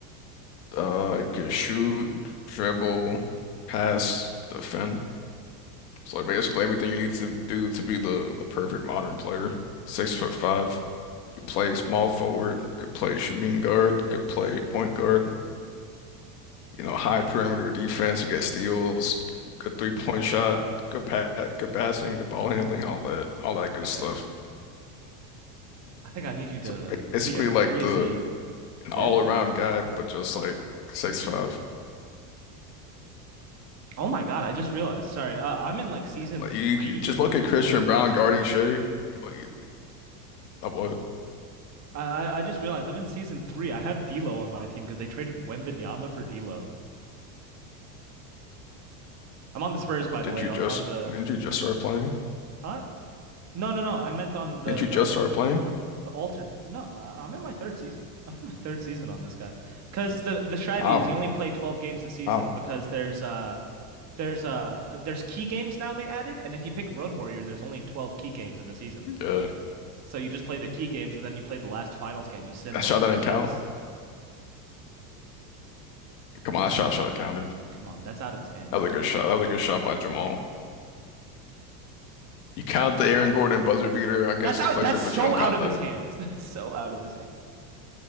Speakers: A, on the left (about 80°); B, on the right (about 35°).
A: uh you could shoot, dribble, pass, defend. So like basically everything you need to do to be the, the perfect modern player. Six foot five, could play small forward, could play shooting guard, could play point guard, you know, high perimeter defense, you get steals, good three point shot, good pat, good passing, good ball handling, all that all that good
B: I
A: stuff.
B: got you. I think I need you to
A: So basically
B: be a crazy.
A: like the an
B: Yeah.
A: all-around guy, but just like six five.
B: Oh my God, I just realized. Sorry, uh, I'm in like season
A: Like
B: three
A: you, you just look at Christian Brown guarding Shea. You look, you, uh, what?
B: I I I just realized I'm in season three. I have D'Lo on my team because they traded Wembanyama for D'Lo. I'm on the Spurs, by
A: Didn't
B: the way.
A: you
B: On,
A: just
B: on the
A: didn't you just start playing?
B: huh? No, no, no. I meant on the
A: Didn't you
B: the
A: just start playing?
B: the alternate. No, I, I'm in my third season. <laughs> I'm in my third season on this guy because the the strategy
A: Ow,
B: is you only play 12 games a season
A: ow,
B: because there's uh there's uh there's key games now they added, and if you pick Road Warrior, there's only 12 key games in a season.
A: Yeah,
B: So you just play the key games and then you play the last finals game. You sim
A: that
B: the
A: shot
B: whole
A: that didn't
B: playoffs.
A: count. Come on, that shot should have counted.
B: Come on, that's out of his hands.
A: That was a good shot. That was a good shot by Jamal. You count the Aaron Gordon buzzer beater against
B: That's out.
A: the Clippers,
B: That's so
A: but you don't
B: out
A: count
B: of
A: that.
B: his hands. <laughs> That's so out of his hands.